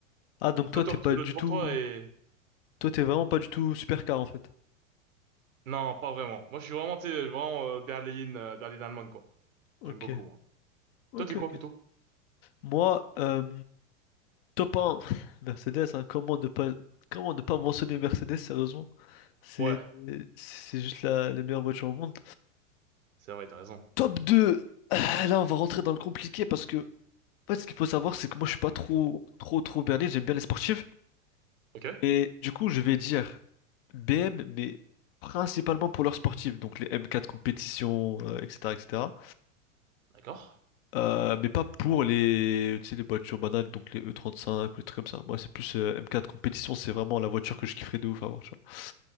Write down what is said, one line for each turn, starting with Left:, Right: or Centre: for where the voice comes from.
Left: Ah, donc
Right: Le
Left: toi,
Right: top,
Left: t'es pas
Right: le
Left: du
Right: top
Left: tout.
Right: 3 est...
Left: Toi, t'es vraiment pas du tout supercar en fait.
Right: Non, pas vraiment. Moi, je suis vraiment, tu sais, vraiment euh, Berlin euh, berline allemande, quoi.
Left: Ok.
Right: J'aime beaucoup, moi.
Left: Ok,
Right: Toi, t'es quoi,
Left: ok.
Right: plutôt?
Left: Moi, euh, Top 1, Mercedes, hein, comment ne pas, comment ne pas mentionner Mercedes, sérieusement? C'est
Right: Ouais,
Left: c'est juste la, les meilleures voitures au monde.
Right: c'est vrai, t'as raison.
Left: Top 2, ah, là on va rentrer dans le compliqué parce que en fait, ce qu'il faut savoir c'est que moi je suis pas trop trop trop berné, j'aime bien les sportives.
Right: Ok,
Left: Et du coup je vais dire BM mais principalement pour leurs sportives, donc les M4 compétitions, euh, etc. etc.
Right: d'accord.
Left: Euh, mais pas pour les, tu sais, les voitures banales, donc les E35 ou les trucs comme ça. Moi, c'est plus euh, M4 compétition, c'est vraiment la voiture que je kifferais de ouf avoir, tu vois.